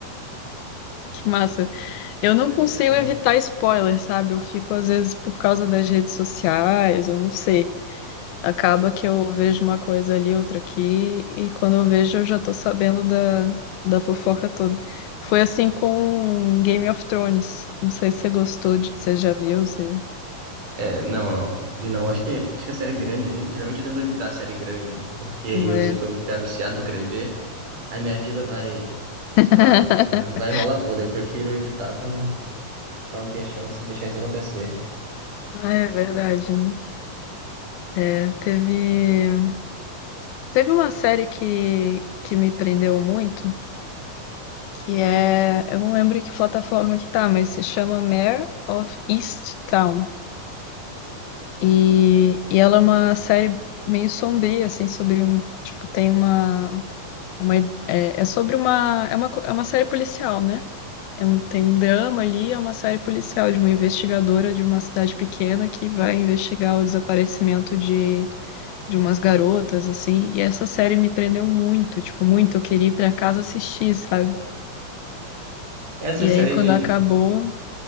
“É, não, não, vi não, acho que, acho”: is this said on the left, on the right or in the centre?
Right